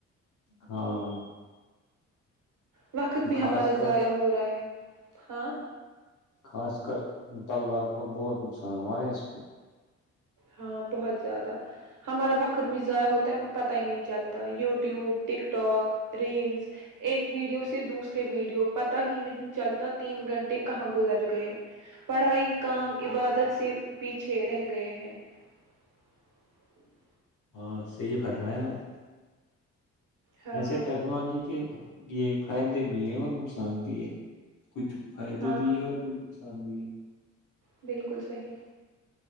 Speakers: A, on the left; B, on the right.
A: ہاں
B: وقت
A: اور
B: بھی ہمارا
A: خاص کر
B: ضائع ہو رہا ہے ہاں
A: خاص کر طلباء کو بہت نقصان ہوا ہے اس پہ
B: ہاں بہت زیادہ ہمارا وقت آخر میں ضائع ہوتا ہے ہم پتہ ہی نہیں چلتا YouTube TikTok reels ایک ویڈیو سے دوسرے ویڈیو پتہ ہی نہیں چلتا تین گھنٹے کہاں گزر گئے پڑھائی کام عبادت سے پیچھے رہ گئے ہیں <unintelligible>
A: ہاں صحی فرمایا گ آپ
B: ہاں
A: ایسے ٹیکنالوجی کے یہ فائدے بھی ہے اور نقصان بھی ہے کچھ فائدے
B: ہاں
A: بھی ہے اور بھی کچھ ہممی
B: بالکل صحیح